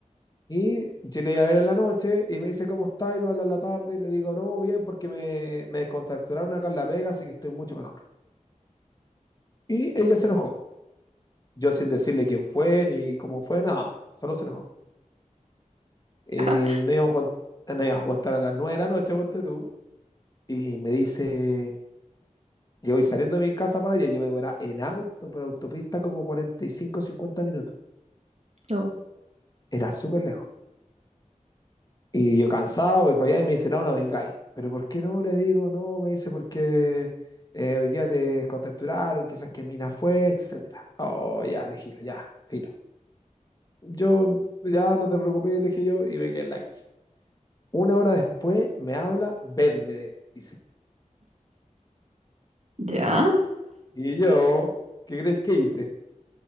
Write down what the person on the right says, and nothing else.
Ya.
no,
Ya.